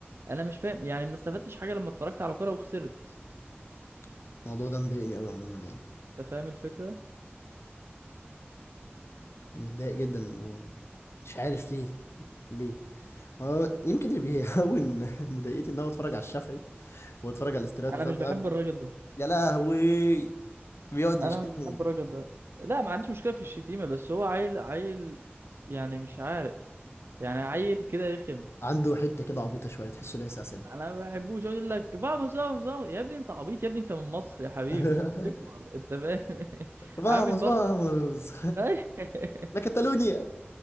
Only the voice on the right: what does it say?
انا مش فاهم يعني ما استفدتش حاجه لما اتفرجت على كوره وخسرت
انت فاهم الفكره
انا
مش بحب
الراجل ده
انا
مش بحب الراجل ده لا ما عنديش مشكله في الشتيمه بس هو عيل عيل يعني مش عارف يعني عيل كده رخم
انا ما بحبوش اقول لك فاموس فاموس فاموس يا ابني انت عبيط يا ابني انت من مصر يا حبيبي
اكبر انت فاهم <laughs>
عامل برضه
<laughs>